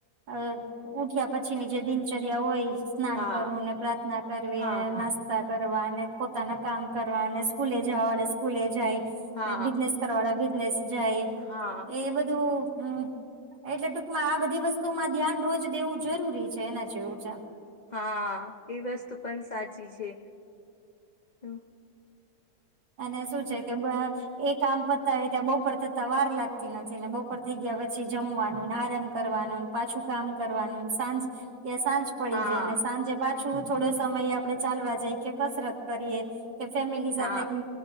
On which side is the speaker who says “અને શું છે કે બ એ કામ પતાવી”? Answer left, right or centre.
Right